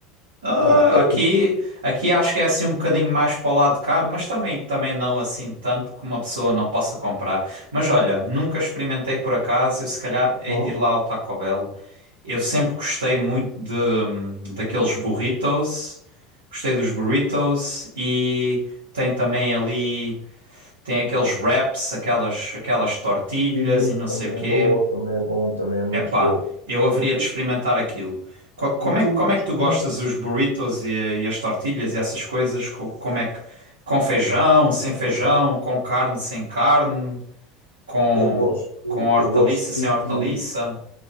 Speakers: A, on the right; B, on the left.
A: Ah,
B: Pá, é
A: aqui, aqui acho que é assim um bocadinho mais para o lado caro, mas também, também não assim tanto que uma pessoa não possa comprar. Mas olha, nunca experimentei por acaso, eu se calhar hei
B: bom.
A: de ir lá ao Taco Bell Eu sempre gostei muito de, hum, daqueles burritos. Gostei dos burritos e tem também ali, tem aqueles wraps, aquelas, aquelas tortilhas
B: E
A: e não
B: também
A: sei o quê.
B: é bom, também é bom, também é muito
A: Epá,
B: bom.
A: eu haveria de
B: E,
A: experimentar aquilo. Co- Como
B: e tu
A: é, que- como
B: costumas.
A: é que tu gostas dos burritos e, e as tortilhas e essas coisas? Co- Como é que, com feijão, sem feijão, com carne, sem carne, com,
B: Eu gosto,
A: com hortaliça,
B: eu gosto
A: sem
B: dos
A: hortaliça?
B: de,